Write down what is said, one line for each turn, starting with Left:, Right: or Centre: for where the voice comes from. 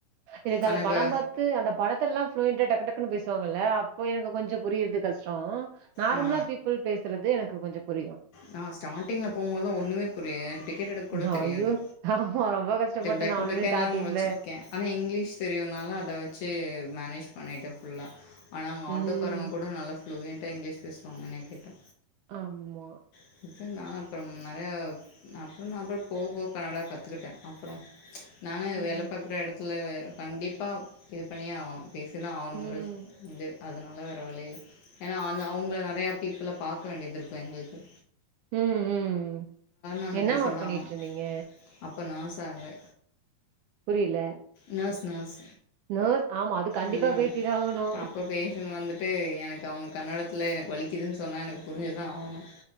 Right: எனக்கு அந்த
Left: ஆனா
Right: படம்
Left: இப்ப
Right: பாத் து அந்த படத்தல்லா ஃபிளுயண்டா டக்கு டக்குன்னு பேசுவாங்கல்ல அப்ப எனக்கு கொஞ்ச புரியர்து கஷ்டோ நார்மலா
Left: ஆ
Right: பீப்புள் பேசுறது எனக்கு கொஞ்ச புரியு
Left: நா ஸ்டார்டிங்ல போம்போது ஒண்ணுமே புரியாது எனக்கு டிக்கெட் எடுக்க கூட
Right: ஐயோ
Left: தெரியாது
Right: ஆமா ரொம்ப கஷ்டப்பட்டே
Left: பெக்க
Right: நானுமே
Left: பெக்க்லா
Right: ஸ்டார்டிங்ல
Left: முழுச்சிருக்கே ஆனா இங்கிலீஷ் தெரியுனால அத வெச்சு மேனேஜ் பண்ணிட்டேன் ஃபுல்லா ஆனா அங்க
Right: ம்
Left: ஆட்டோக் காரவங்க கூட நல்லா ஃப்ளூயண்டா இங்கிலீஷ் பேசுவாங்க என்னய கேட்டா
Right: ஆம்மா
Left: <unintelligible> அப்பறம் நெறையா நா அப்றம் நா அப்றம் போக போக கனடா கத்துக்கிட்டே அப்பறம் நானு
Right: ம்
Left: வேல பாக்குற எடத்துல கண்டிப்பா இது பண்ணியே ஆவுணு பேசி தா ஆவுணுங்கிற
Right: ம்
Left: இது அதனால வேற வழியில்ல ஏனா அந்த அவங்க நிறையா பீப்புல பாக்க வேண்டியது இருக்கு எங்ளுக்கு
Right: ம் ம்
Left: நானு
Right: என்ன
Left: பேசிதா
Right: ஒர்க் பண்ணிட்
Left: ஆகணு
Right: இருந்தீங்க
Left: அப்ப நார்சா இருந்தே
Right: புரியல
Left: நாஃர்ஸ் நாஃர்ஸ்
Right: நர்ஸ் ஆமா அது கண்டிப்பா
Left: ம்
Right: பேசிதா ஆகணு
Left: அப்ப பேசன் வந்துட்டு எனக்கு அவ்ங்க கன்னடத்துல எனக்கு வலிக்குதுன் சொன்னா எனக்கு புரிஞ்சுதா ஆவணு